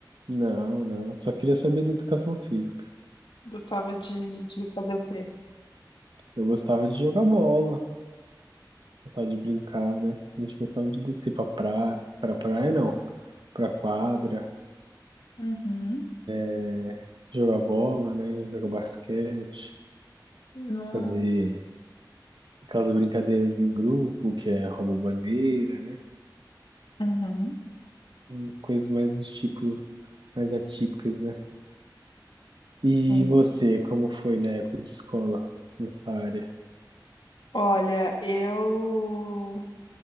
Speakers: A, on the right; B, on the left.
A: Não, não. Eu Só queria saber da educação física.
B: Gostava de, de fazer o quê?
A: Eu gostava de jogar bola, gostava de brincar, né? A gente gostava de descer pra praia, pra praia não, pra quadra,
B: Uhum.
A: é, jogar bola, né? Jogar basquete,
B: No...
A: fazer aquelas brincadeiras em grupo, que é rouba-bandeira, né?
B: Uhum.
A: Hum, Coisas mais do tipo, mais atípicas, né? E
B: Sim.
A: você, como foi na época de escola nessa área?
B: Olha, eu